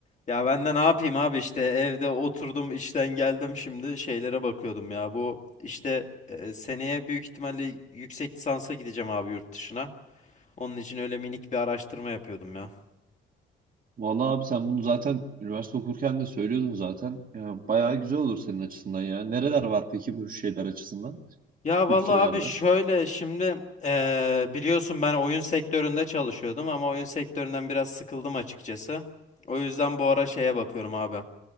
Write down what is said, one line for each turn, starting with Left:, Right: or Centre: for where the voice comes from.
Left: Ya ben de ne yapayım abi işte evde oturdum işten geldim şimdi şeylere bakıyordum ya. Bu işte e, seneye büyük ihtimalle yüksek lisansa gideceğim abi yurt dışına. Onun için öyle minik bir araştırma yapıyordum ya.
Right: Vallahi abi sen bunu zaten üniversite okurken de söylüyordun zaten. Ya bayağı güzel olur senin açısından ya. Nereler var peki bu şeyler açısından?
Left: Ya
Right: Ülkelerde.
Left: vallahi abi şöyle şimdi eee, biliyorsun ben oyun sektöründe çalışıyordum ama oyun sektöründen biraz sıkıldım açıkçası. O yüzden bu ara şeye bakıyorum abi.